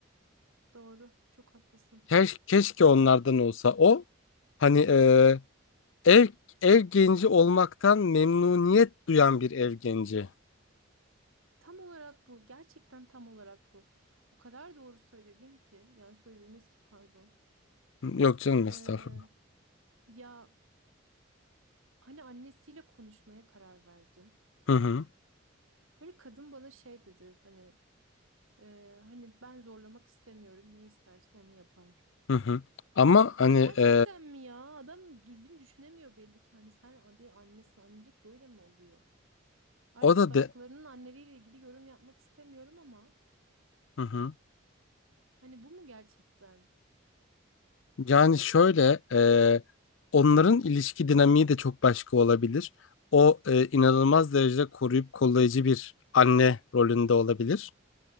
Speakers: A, on the right (about 85°); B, on the left (about 70°).
A: Doğru, çok haklısın.
B: Keş, keşke onlardan olsa. O hani e, ev ev genci olmaktan memnuniyet duyan bir ev genci.
A: Tam olarak bu, gerçekten tam olarak bu. O kadar doğru söyledin ki, yani söylediniz ki pardon.
B: Yok canım
A: Ee,
B: estağfurullah.
A: Ya hani annesiyle konuşmaya karar verdim.
B: Hı hı.
A: Böyle kadın bana şey dedi hani e, hani ben zorlamak istemiyorum ne isterse onu yapar.
B: Hı hı. Ama hani
A: Ya gerçekten
B: e,
A: mi ya? Adam düzgün düşünemiyor belli ki. Hani sen bir annesin annelik böyle mi oluyor? Artık
B: o da de
A: başkalarının anneleriyle ilgili yorum yapmak istemiyorum ama
B: Hı hı.
A: hani bu mu gerçekten?
B: Yani şöyle, e, onların ilişki dinamiği de çok başka olabilir. O e, inanılmaz derecede koruyup kollayıcı bir anne rolünde olabilir.